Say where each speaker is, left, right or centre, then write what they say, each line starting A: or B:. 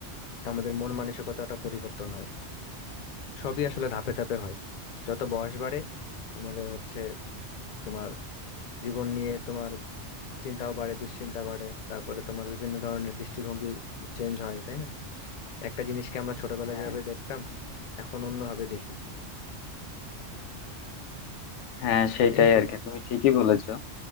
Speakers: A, on the left; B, on the left.
A: আমাদের মন মানসিকতাটা পরিবর্তন হয় সবই আসলে ধাপে ধাপে হয় যত বয়স বাড়ে আমাদের হচ্ছে তোমার জীবন নিয়ে তোমার চিন্তাও বাড়ে দুশ্চিন্তা বাড়ে তারপরে তোমার বিভিন্ন ধরনের দৃষ্টিভঙ্গি চেঞ্জ হয় তাই না একটা জিনিসকে আমরা ছোটবেলায়
B: হ্যাঁ
A: যেভাবে দেখতাম এখন অন্যভাবে দেখি
B: হ্যাঁ সেটাই
A: এই তো
B: আর কি তুমি ঠিকই বলেছো